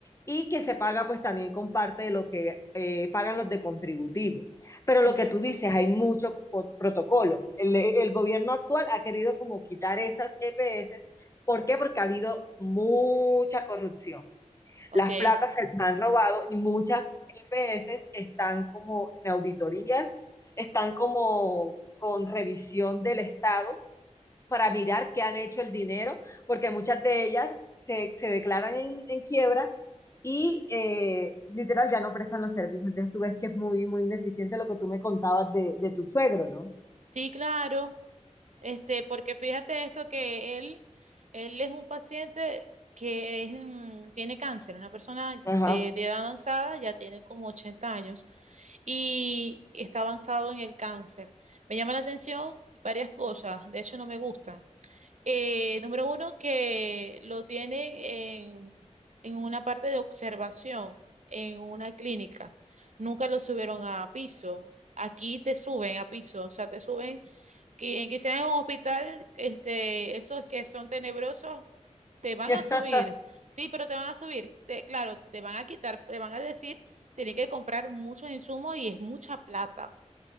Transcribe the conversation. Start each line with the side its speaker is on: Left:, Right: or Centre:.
Left: y que se paga pues también con parte de lo que eh, pagan los de contributivo. Pero lo
Right: ujú.
Left: que tú dices, hay mucho po- protocolo. El, el gobierno actual ha querido como quitar esas EPS. ¿Por qué? Porque ha habido mucha corrupción.
Right: ok.
Left: Las placas se las han robado y muchas EPS están como en auditorías, están como con revisión del Estado para mirar qué han hecho el dinero, porque muchas de ellas se, se declaran en, en quiebra y eh, literal ya no prestan los servicios. Entonces tú ves que es muy, muy ineficiente lo que tú me contabas de, de tu suegro, ¿no?
Right: Sí, claro. Este, porque fíjate esto que él, él es un paciente que es, mm, tiene cáncer, una persona de,
Left: Ajá.
Right: de edad avanzada, ya tiene como 80 años y está avanzado en el cáncer. Me llama la atención varias cosas, de hecho no me gustan. Eh, número uno, que lo tienen en, en una parte de observación, en una clínica. Nunca lo subieron a piso. Aquí te suben a piso, o sea, te suben, que, quizás en un hospital, este, esos que son tenebrosos, te van
Left: <laughs>
Right: a subir. Sí, pero te van a subir. Te- claro, te van a quitar, te van a decir, tienes que comprar muchos insumos y es mucha plata,